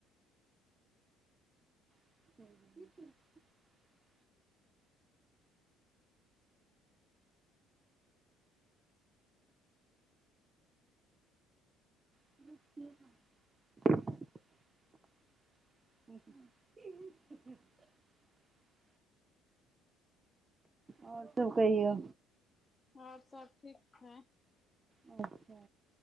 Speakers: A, on the right; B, on the left.
A: <inaudible> <inaudible> <inaudible> आओर सब कहिऔ
B: आओर सब ठीक छै।
A: अच्छा।